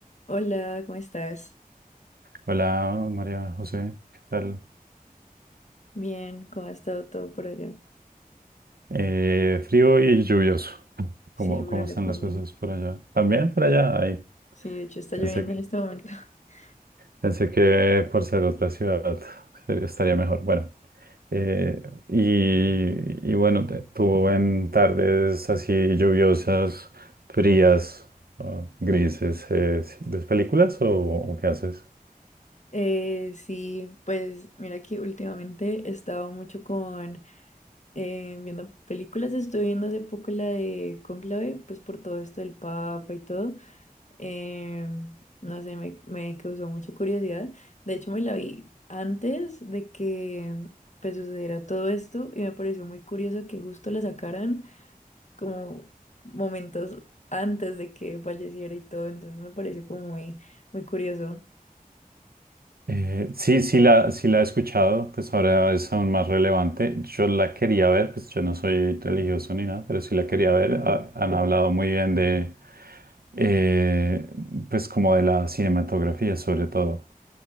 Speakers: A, on the left (about 50°); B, on the right (about 80°).
A: Hola, ¿cómo estás?
B: Hola María José, ¿qué tal?
A: Bien, ¿cómo ha estado todo por allá?
B: Eh, frío y lluvioso.
A: Sí,
B: ¿Cómo,
A: por
B: cómo
A: acá
B: están
A: también.
B: las cosas por allá? También por allá, ahí.
A: Sí, de hecho está
B: Pensé
A: lloviendo
B: que,
A: en este momento. <laughs>
B: pensé que por ser otra ciudad ser- estaría mejor. Bueno, eh, y, y bueno, te- tú en tardes así lluviosas, frías, ah, grises, eh, ¿ves películas o o qué haces?
A: Eh, sí, pues mira que últimamente he estado mucho con eh, viendo películas. Estuve viendo hace poco la de Cónclave, pues por todo esto del Papa y todo. Em, no sé, me, me causó mucha curiosidad. De hecho, me la vi antes de que pues sucediera todo esto y me pareció muy curioso que justo la sacaran. como momentos antes de que falleciera y todo, entonces me pareció como muy, muy curioso.
B: Eh, sí, sí la, sí la he escuchado, pues ahora es aún más relevante. Yo la quería ver, pues yo no soy religioso ni nada, pero sí la quería ver. Ha- han hablado muy bien de, eh, pues como de la cinematografía sobre todo.